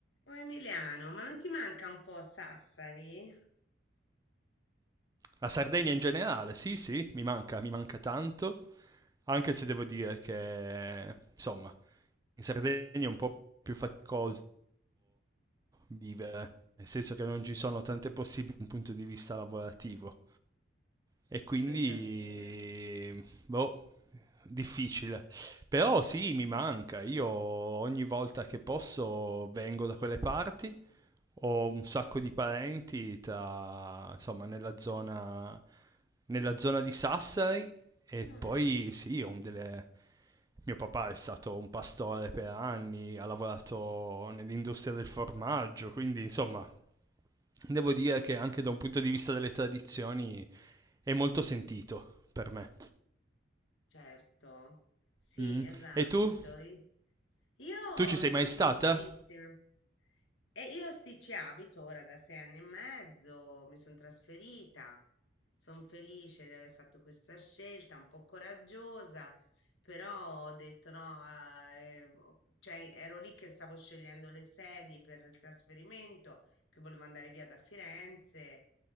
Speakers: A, on the left (about 80°); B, on the right (about 20°).
A: Oh Emiliano, ma non ti manca un po' Sassari?
B: La Sardegna in generale, sì, sì, mi manca, mi manca tanto, anche se devo dire che, insomma, in Sardegna è un po' più faticoso vivere, nel senso che non ci sono tante possibili dal punto di vista lavorativo e quindi,
A: Questo è vero.
B: boh, difficile. Però sì, mi manca, io ogni volta che posso vengo da quelle parti ho un sacco di parenti tra, insomma, nella zona, nella zona di Sassari e
A: Mm,
B: poi sì, ho delle... Mio papà è stato un pastore per anni, ha lavorato nell'industria del formaggio, quindi insomma, devo dire
A: insomma,
B: che anche da un punto di vista delle tradizioni è molto sentito per me.
A: certo. Sì,
B: Mm.
A: esatto.
B: E tu?
A: I- Io
B: Tu ci sei
A: sono
B: mai stata?
A: felicissima. E io sì, ci abito ora da sei anni e mezzo, mi sono trasferita. Sono felice di aver fatto questa scelta, un po' coraggiosa, però ho detto no, eh, eh, boh, cioè ero lì che stavo scegliendo le sedi per il trasferimento, che volevo andare via da Firenze